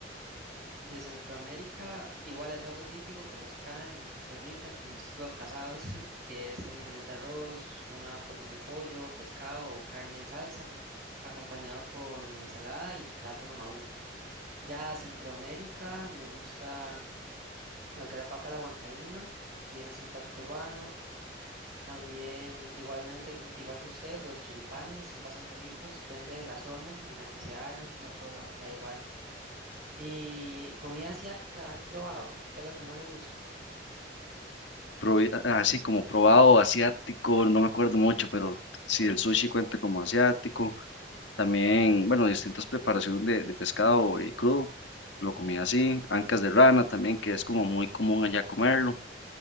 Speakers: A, on the right (about 50°); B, on the left (about 85°).
A: De Centroamérica, igual es algo típico que se hace acá en Costa Rica, que es los casados, <laughs> que es técnicamente arroz, una porción de pollo, pescado o carne en salsa. acompañado con ensalada y plátano maduro. Ya Centroamérica, me gusta lo que es la papa a la huancaína, que es un plato peruano. También, igualmente, que- igual que usted, los choripanes son bastante ricos, depende de la zona en la que se hagan, no todo lado queda igual. ¿Y comida asiática has probado? ¿Y qué es lo que más le gusta?
B: Probi- Así como probado asiático, no me acuerdo mucho, pero si el sushi cuenta como asiático. También, bueno, distintas preparaciones de, de pescado eh, crudo, lo comía así, ancas de rana también, que es como muy común allá comerlo,